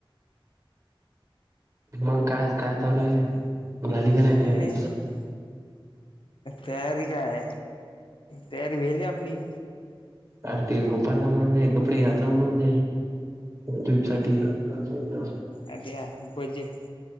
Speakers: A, on the right (about 35°); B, on the left (about 65°).
A: मग काय काय चालू आहे झाली का नाही
B: काय
A: तयारी.
B: नाही तयारी काय तयारी वेली आपली.
A: कारतीिक गोपालला म्हणज कपडे घाल जा म्हणज. ट्रविप सा.
B: अध्या बजेट